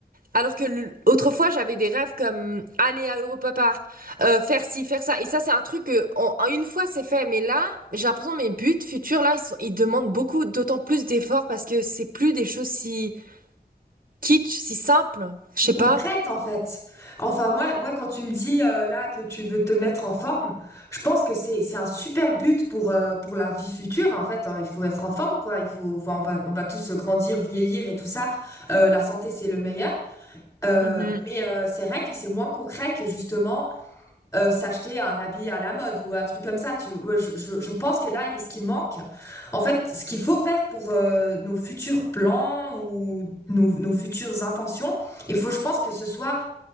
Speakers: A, on the right; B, on the left.
A: Alors que le- autrefois, j'avais des rêves comme aller à Europa Park, euh, faire ci, faire ça. Et ça, c'est un truc que, en- en une fois, c'est fait. Mais là, j'ai l'impression que mes buts futurs, là, ils sont- ils demandent beaucoup, d'autant plus d'efforts parce que c'est plus des choses si kitsch, si simples. Je
B: Puis
A: sais
B: concrète,
A: pas.
B: en fait. Enfin, moi, moi, quand tu me dis euh, là que tu veux te mettre en forme, je pense que c'est c'est un super but pour euh, pour la vie future, en fait. hein. Il faut être en forme, quoi. Il faut, enfin, on va on va tous grandir, vieillir et tout ça. Euh, la santé, c'est le meilleur. Euh,
A: Mhm.
B: mais euh, c'est vrai que c'est moins concret que justement. euh, s'acheter un habit à la mode ou un truc comme ça. Tu, ouais, je, je, je pense que là, il- ce qui manque, en fait, ce qu'il faut faire pour euh, nos futurs plans ou nos, nos futures intentions, il faut, je pense, que ce soit